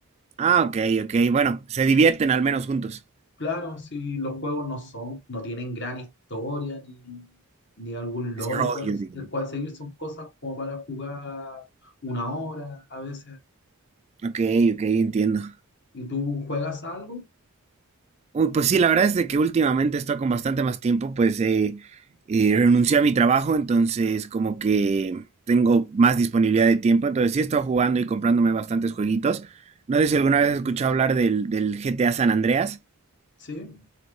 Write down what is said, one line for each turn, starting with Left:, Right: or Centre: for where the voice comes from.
Right: ah, ok, ok. Bueno, se divierten al menos juntos.
Left: Claro, si los juegos no son, no tienen gran historia ni, ni algún lore
Right: Desarrollo,
Left: el cual,
Right: digo.
Left: el cual seguir, son cosas como para jugar una hora a veces.
Right: Ok, ok, entiendo.
Left: ¿Y tú juegas algo?
Right: Uy, Pues sí, la verdad es de que últimamente he con bastante más tiempo, pues eh, eh, renuncié a mi trabajo, entonces como que tengo más disponibilidad de tiempo, entonces sí he estado jugando y comprándome bastantes jueguitos. No sé si alguna vez has escuchado hablar del, del GTA San Andreas
Left: Sí,